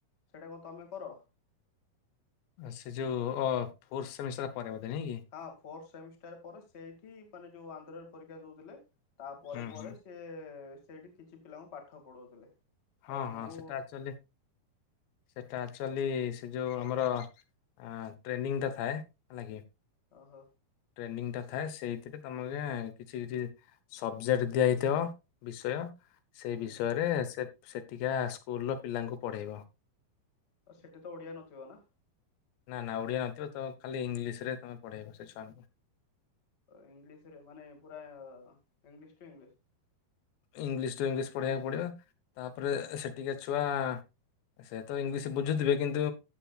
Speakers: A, on the left; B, on the left.
A: ସେଇଟା କଣ ତମେ କର?
B: ସେ ଯୋଉ ଫୋର ସେମିଷ୍ଟର ପରେ ନାଇଁ କି
A: ହଁ ଫୋର୍ଥ ସେମିଷ୍ଟାର ପରେ ସେଇଠି ମାନେ ଯୋଉ ଆନ୍ଧ୍ରରେ ପରୀକ୍ଷା ଦଉଥିଲେ ତା ପରେ ପରେ
B: ହୁଁ
A: ପରେ
B: ହୁଁ
A: ସେ ସେଇଠି କିଛି ପିଲାଙ୍କୁ ପାଠ ପଢଉଥିଲେ।
B: ହଁ
A: ତ ମୁଁ
B: ହଁ ସେଟା ଅଛୁଆଲି ସେଟା ଆକ୍ଚୁଆଲି ସେ ଯେଉଁ ଆମର ଟ୍ରେନିଙ୍ଗ ଟା ଥାଏ ହେଲା କିି
A: ଓହୋ।
B: ଟ୍ରେନିଂଟା ଥାଏ ସେଇଥିରେ ତମକୁ କିଛି କିଛି ସବଜେକ୍ଟ ଦିଆ ହେଇଥିବ ବିଷୟ ସେଇ
A: ହୁଁ
B: ବିଷୟରେ ସେ ସେଠିକା ସ୍କୁଲର ପିଲାଙ୍କୁ ପଢେଇବ।
A: ଆଉ ସେଠି ତ ଓଡିଆ ନଥିବ ନା।
B: ନା ନା ଓଡ଼ିଆ ନଥିବ ତ ଖାଲି ଇଂଲିଶ ରେ ତମେ ପଢ଼େଇବ ସେ ଛୁଆଙ୍କୁ।
A: ଇଂଲିଶ ରେ ମାନେ ପୁରା English to English.
B: English to English ପଢେଇବାକୁ ପଡିବ ତାପରେ ସେଠି କ ଛୁଆ ସେ ତ ଇଂଲିଶ ବୁଝୁଥିବେ କିନ୍ତୁ